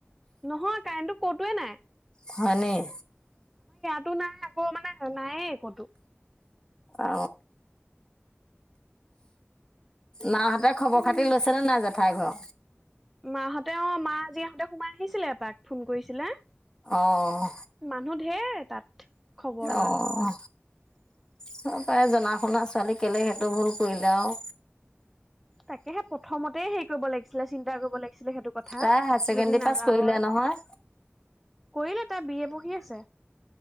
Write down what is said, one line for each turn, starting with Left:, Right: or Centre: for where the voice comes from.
Centre: নহয় কাৰেণ্টটো কতোৱে নাই।
Left: হয় নেকি?
Centre: তো নাই আকৌ মানে নায়ে এ কতো।
Left: অ, মাহঁতে খবৰ
Centre: উম।
Left: খাতি লৈছেনে নাই জেঠাই ঘৰ?
Centre: মাহঁতে অ মা আ যি আহঁতে সোমাই আহিছিলে এপাক ফোন কৰিছিলে।
Left: অহ,
Centre: মানুহ ঢেৰ তাত। খবৰ লোৱা
Left: অহ। হয় পাই জনা শুনা ছোৱালী কেলে সেইটো ভুল কৰিলে আৰু।
Centre: তাকেহে প্ৰথমতে হেৰি কৰিব লাগিছিলে চিন্তা কৰিব লাগিল ছিলে সেইটো কথা,
Left: তাই হায়াৰ ছেকেণ্ডৰী
Centre: যদি নাযাওঁৱে।
Left: পাছ কৰিলে নহয়,
Centre: কৰিলে তাৰ বি এ পঢ়ি আছে।